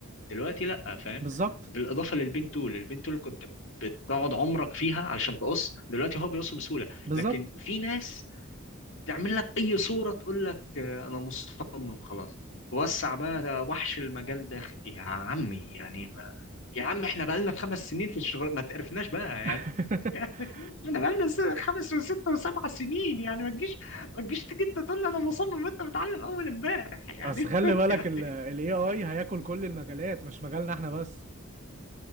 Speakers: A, on the left; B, on the right.
A: دلوقتي لا فاهم
B: بالظبط
A: بالاضافه للبين تول البين تول كنت بتقعد عمرك فيها علشان تقص دلوقتي هو بيقص بسهوله
B: بالظبط
A: لكن في ناس تعمل لك اي صوره تقول لك آه، انا مصمم خلاص وسع بقى ده وحش المجال ده يا عمي يعني يا عم احنا بقالنا خمس سنين في الشغل ما تعرفناش بقى
B: <laughs>
A: يعني <laughs> احنا بقالنا س- خمس وست وسبع سنين يعني ما تجيش ما تجيش تيجي انت تقول لي انا مصمم انت متعلم اول امبارح يعني
B: بس خلي
A: <laughs>
B: بالك
A: يعني
B: ال AI هياكل كل المجالات مش مجالنا احنا بس